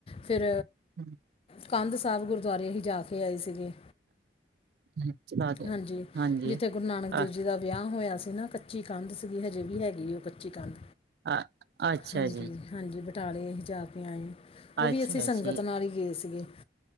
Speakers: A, on the left; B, on the right.
A: ਫਿਰ
B: <inaudible> <inaudible>
A: ਕੰਧ ਸਾਹਿਬ ਗੁਰਦੁਆਰੇ ਹੀ ਜਾ ਕੇ ਆਏ ਸੀਗੇ।
B: <unintelligible>
A: ਹਾਂਜੀ।
B: ਹਾਂਜੀ
A: ਜਿੱਥੇ ਗੁਰੂ ਨਾਨਕ ਦੇਵ
B: ਅ
A: ਜੀ ਦਾ ਵਿਆਹ ਹੋਇਆ ਸੀ ਨਾ, ਕੱਚੀ ਕੰਧ ਸੀਗੀ ਹਜੇ ਵੀ ਹੈਗੀ ਉਹ ਕੱਚੀ ਕੰਧ।
B: ਅ ਅੱਛਾ
A: ਹਾਂਜੀ-
B: ਜੀ
A: ਹਾਂਜੀ ਬਟਾਲੇ ਜਾ ਕੇ ਆਏ। ਉਹ
B: ਅੱਛਾ
A: ਵੀ ਅਸੀਂ ਸੰਗਤ
B: ਜੀ
A: ਨਾਲ ਹੀ ਗਏ ਸੀਗੇ।